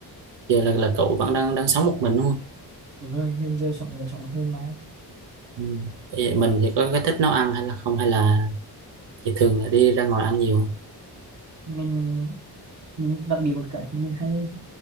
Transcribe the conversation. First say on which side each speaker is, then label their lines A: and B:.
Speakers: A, on the right; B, on the right.
A: giờ là là cậu vẫn đang đang sống một mình đúng không
B: đúng rồi mình giờ sống người sống một mình mà
A: ừ. vậy mình thì có cái thích nấu ăn hay là không hay là thì thường là đi ra ngoài ăn nhiều
B: mình mình đặc biệt một cái thì mình hay